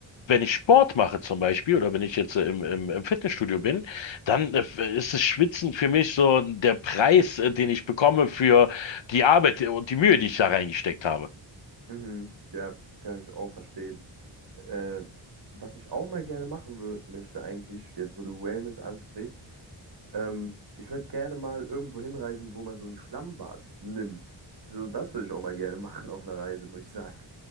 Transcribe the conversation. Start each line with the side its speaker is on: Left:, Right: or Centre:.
Left: wenn ich Sport mache zum Beispiel oder wenn ich jetzt äh, im, im, im Fitnessstudio bin, dann äh, ist das Schwitzen für mich so der Preis, äh, den ich bekomme für die Arbeit und die Mühe, die ich da reingesteckt habe.
Right: mhm, ja, kann ich auch verstehen. Äh, was ich auch mal gerne machen wö- möchte eigentlich, jetzt wo du Wellness ansprichst, ähm, ich würde gerne mal irgendwo hinreisen, wo man so ein Schlammbad nimmt. So, das würde ich auch mal gerne <laughs> machen auf einer Reise, muss ich sagen.